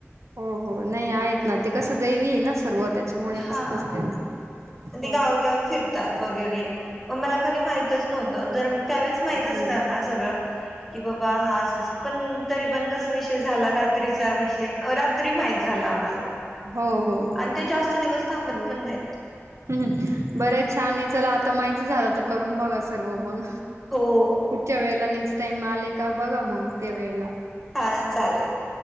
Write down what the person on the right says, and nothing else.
हो हो नाही आहेत ना ते कसं दैवी ना सर्वत त्याच्यामुळे
असतच त्यांच ते
हो
हो
हो हो हो
ह् बर्याच छान चला तर माहिती झालं तर करून बघा सर्व मग
पुठच्या वळेला नेक्स्ट त माले का बघा मग त्या वेळेला